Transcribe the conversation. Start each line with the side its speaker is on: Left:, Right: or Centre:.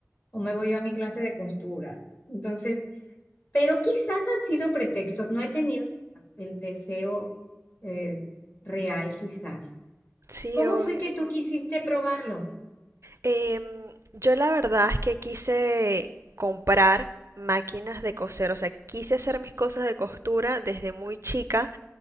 Left: o me voy yo a mi clase de costura. Entonces, pero quizás han sido pretextos, no he tenido el deseo eh, real, quizás.
Right: sí,
Left: ¿Cómo
Right: obvio.
Left: fue que tú Ah, quisiste probarlo?
Right: Em, yo la verdad es que quise comprar máquinas de coser, o sea, quise hacer mis cosas de costura desde muy chica.